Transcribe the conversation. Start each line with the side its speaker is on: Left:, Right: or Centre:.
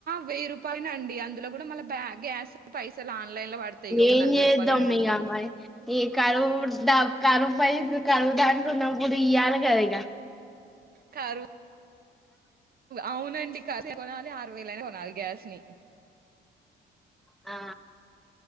Right: వెయ్యి రూపాయనండి అందులో కూడా మళ్ళ బ్యాగ్ గ్యాస్ పైసలు ఆన్లైన్ లో పడతాయి ఇ ఒక
Centre: ఏం
Right: నలభై
Centre: చేద్దాం
Right: రూపాయలు యాభై
Centre: ఇగ
Right: రూపాయలు
Centre: మరి ఈ కరువు డ కరువు పైస్ కరువు దాంట్లున్నప్పుడు ఇయ్యలిగా ఇగ
Right: కరువ్ అవునండి కాస్త కొనాలి ఆరు వేలైన కొనాలి గ్యాస్ ని
Centre: ఆ